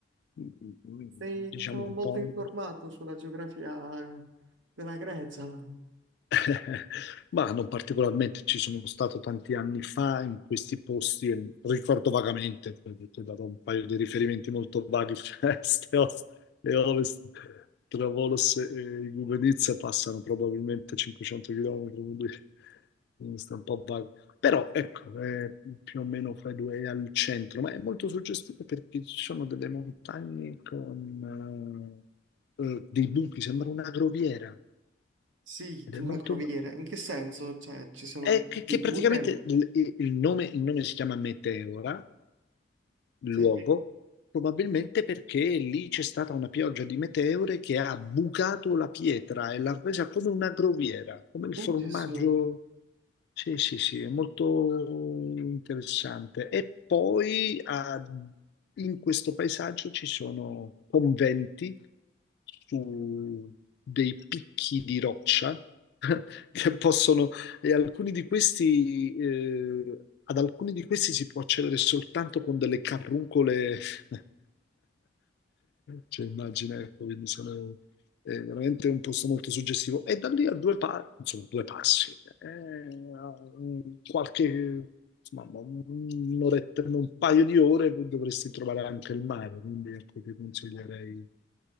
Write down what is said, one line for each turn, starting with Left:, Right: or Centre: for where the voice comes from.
Left: mh, mh,
Right: Sei,
Left: diciamo
Right: diciamo,
Left: un
Right: molto
Left: po'
Right: informato sulla geografia della Grecia.
Left: <laughs> Ma non particolarmente, ci sono stato tanti anni fa in questi posti, e ricordo vagamente, perché ti ho dato un paio di riferimenti molto vaghi, <laughs> Trieste e Ovest, e Ovest. tra Volos e Igoumenitsa passano probabilmente 500 km, quindi quindi sta un po' vago. Però ecco, è più o meno fra i due è al centro, ma è molto suggestivo perché ci sono delle montagne con eh, eh, dei buchi, sembra una groviera
Right: Sì,
Left: ed è
Right: una
Left: molto
Right: croviera. In che senso? Cioè, ci sono
Left: è che,
Right: dei
Left: che
Right: tunnel?
Left: praticamente il, il nome, il nome si chiama Meteora, il
Right: Sì.
Left: luogo, probabilmente perché lì c'è stata una pioggia di meteore che ha bucato la pietra e l'ha resa come una groviera, come il
Right: Oh,
Left: formaggio
Right: Gesù.
Left: sì, sì, sì, è molto interessante. E poi ah, in questo paesaggio ci sono conventi su dei picchi di roccia <laughs> che possono, e alcuni di questi, eh, ad alcuni di questi si può accedere soltanto con delle carruncole. <laughs> Cioè, immagina, ecco, quindi sono è veramente un posto molto suggestivo. E da lì a due, pa- insomma, due passi, eh, qualche, insomma, un'oretta, un paio di ore dovresti trovare anche il mare, quindi ecco, ti consiglierei,